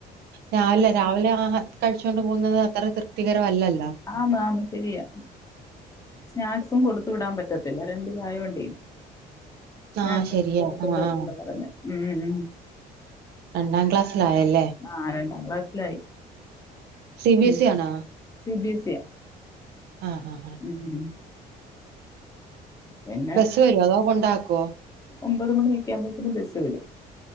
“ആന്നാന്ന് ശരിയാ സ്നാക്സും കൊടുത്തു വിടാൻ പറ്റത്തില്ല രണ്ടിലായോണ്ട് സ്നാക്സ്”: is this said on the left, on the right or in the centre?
Left